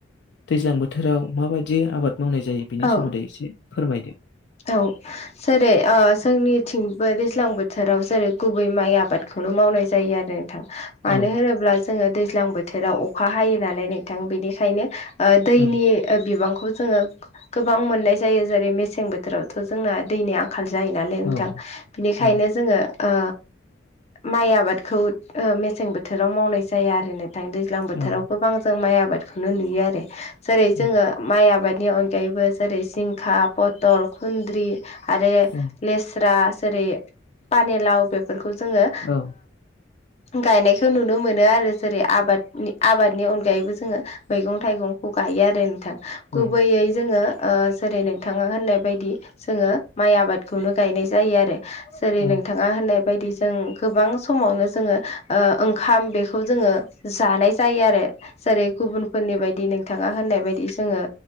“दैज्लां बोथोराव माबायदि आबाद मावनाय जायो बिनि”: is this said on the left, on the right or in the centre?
Left